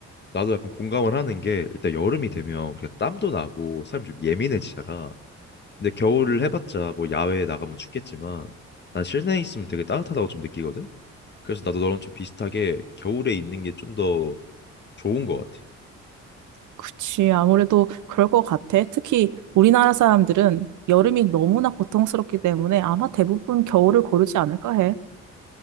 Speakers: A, on the left (about 35°); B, on the right (about 75°).
A: 나도 약간 공감을 하는 게 일단 여름이 되면 우리가 땀도 나고 사람 좀 예민해지잖아. 근데 겨울을 해봤자 뭐 야외에 나가면 춥겠지만 난 실내에 있으면 되게 따뜻하다고 좀 느끼거든. 그래서 나도 너랑 좀 비슷하게 겨울에 있는 게 좀 더 좋은 것 같아.
B: 그치, 아무래도 그럴 것 같아. 특히 우리나라 사람들은 여름이 너무나 고통스럽기 때문에 아마 대부분 겨울을 고르지 않을까 해.